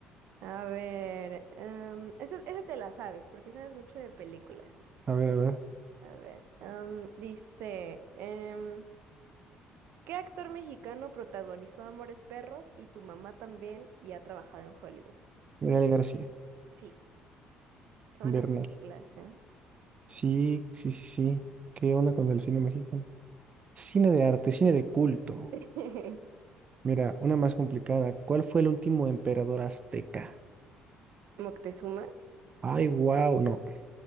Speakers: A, on the right; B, on the right.
A: A ver, em, esa, esa te la sabes, porque sabes mucho de películas.
B: a ver, a ver.
A: A ver, em, dice, em, ¿Qué actor mexicano protagonizó Amores Perros y tu mamá también y ha trabajado en Hollywood?
B: Gael García,
A: Sí, qué buenas
B: Bernal.
A: películas, ¿eh?
B: Sí, sí, sí, sí. ¿Qué onda con el cine mexicano? Cine de arte, cine de culto.
A: <laughs>
B: Mira, una más complicada. ¿Cuál fue el último emperador azteca?
A: Moctezuma,
B: Ay, wow, no.